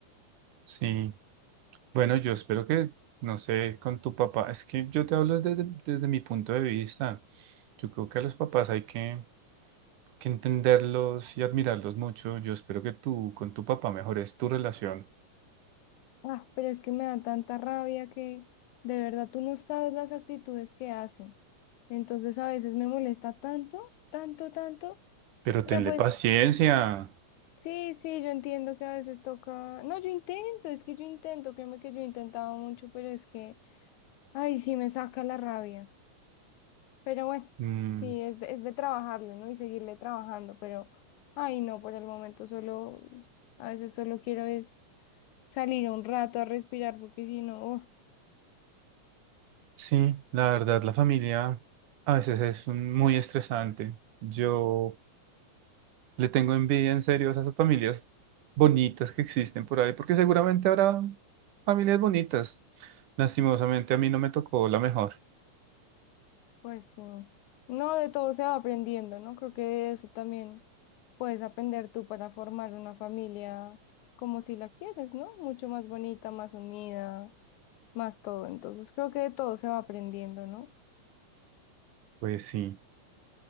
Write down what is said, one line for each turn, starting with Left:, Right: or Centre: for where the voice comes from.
Right: Sí, bueno, yo espero que, no sé, con tu papá, es que yo te hablo desde, desde mi punto de vista. Yo creo que a los papás hay que, que entenderlos y admirarlos mucho. Yo espero que tú con tu papá mejores tu relación.
Left: Ah, pero es que me da tanta rabia que de verdad tú no sabes las actitudes que hacen. Entonces a veces me molesta tanto, tanto, tanto.
Right: Pero
Left: Pero
Right: tenle
Left: pues
Right: paciencia.
Left: Sí, sí, yo entiendo que a veces toca. No, yo intento, es que yo intento, créeme que yo he intentado mucho, pero es que, ay, sí me saca la rabia. Pero bueno,
Right: Mm,
Left: sí, es de, es de trabajarle, ¿no? Y seguirle trabajando, pero, ay, no, por el momento solo, a veces solo quiero es salir un rato a respirar, porque si no, oh,
Right: sí, la verdad, la familia a veces es un- muy estresante. Yo le tengo envidia en serio a esas familias bonitas que existen por ahí, porque seguramente habrá familias bonitas. Lastimosamente a mí no me tocó la mejor.
Left: pues sí. No, de todo se va aprendiendo, ¿no? Creo que de eso también puedes aprender tú para formar una familia como si la quieres, ¿no? Mucho más bonita, más unida más todo. Entonces creo que de todo se va aprendiendo, ¿no?
Right: Pues sí,